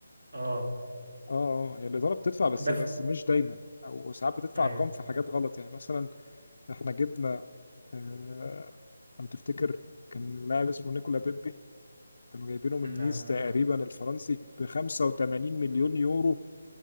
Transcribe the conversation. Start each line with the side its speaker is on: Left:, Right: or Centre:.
Right: اه
Left: اه اه يعني الإدارة بتدفع بس
Right: ده
Left: بس
Right: في...
Left: مش دايما أو ساعات بتدفع
Right: ايوه
Left: أرقام في حاجات غلط يعني مثلا إحنا جبنا آه، لو تفتكر كان لاعب اسمه نيكولا بيبي كانوا جايبينه من
Right: لا
Left: نيس
Right: ما
Left: تقريبا الفرنسي ب 85 مليون يورو